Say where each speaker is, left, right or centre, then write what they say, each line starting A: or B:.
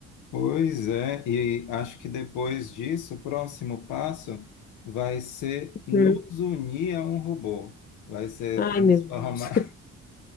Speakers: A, on the left; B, on the left.
A: Pois é, e acho que depois disso, o próximo passo vai ser nos
B: Hum.
A: unir a um robô. Vai ser
B: Ai,
A: transformar
B: meu Deus. <laughs>